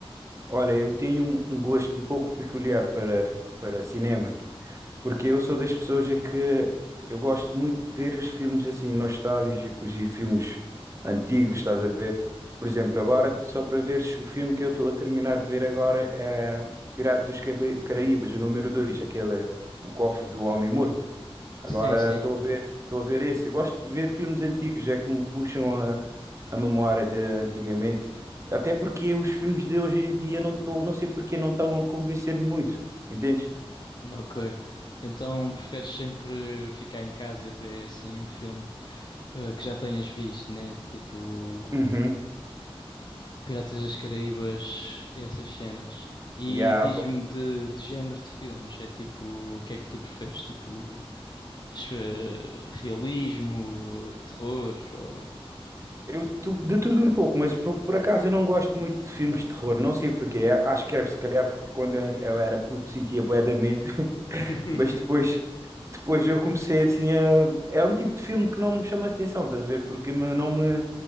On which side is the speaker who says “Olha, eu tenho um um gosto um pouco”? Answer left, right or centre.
Right